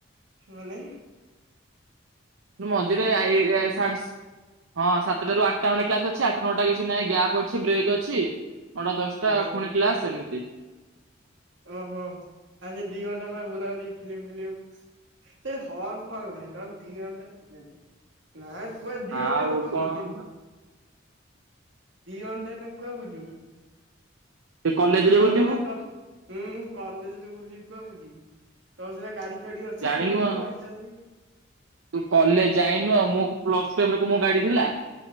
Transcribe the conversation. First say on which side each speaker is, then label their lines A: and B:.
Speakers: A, on the right; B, on the right.
A: ମାନେ?
B: ମଝିରେ ଆ ଇ ସାଢେ ହଁ ସାତଟାରୁ ଆଠଟା ଖଣ୍ଡେ କ୍ଲାସ ଅଛି। ଆଠଟା ନଅଟା କିଛି ନାହିଁ ଗ୍ୟାପ୍ ଅଛି ବ୍ରେକ୍ ଅଛି। କଣ ଦଶଟା
A: ହଁ
B: ଫୁଣିି କ୍ଲାସ ସେମିତି।
A: ଓହୋ ଆଉ ସେ ଦି ଘଣ୍ଟା ପୁରା ବୁଲାବୁଲି ଫିଲ୍ମ ଫିଲ୍ମ ସେଇଟି ହଲ ହଲ ନାହିଁ ନହେଲେ ଦି ଘଣ୍ଟାରେ <unintelligible> ନାଇ କୁଆଡେ ଦି
B: ଆଉ
A: ଘଣ୍ଟା ଏଇନା କୁଆଡେ
B: କଣ
A: ବୁଲିବୁ। ଦି ଘଣ୍ଟା ଏଇନା କୁଆଡେ ବୁଲିବୁ?
B: ସେ କଲେଜରେ
A: ତୋର
B: ବୁଲିବୁ
A: ସିନା ତ ହୁଁ କଲେଜରେ ବୁଲିବି କୁଆଡେ ବୁଲିବି ତୋର ସିନା ଗାଡି ଫାଡି ଅଛି
B: ଜାଣିିନୁ
A: ବୁଲୁଥିବୁ
B: ଆଉ।
A: ଗାଡିଟା ଧରି।
B: ତୁ କଲେଜ ଯାଇନୁ ଆଉ ମୋ ପ୍ଲସ୍ ଟୁ ଟାଇମ୍ ମୋ ଗାଡି ଥିଲା?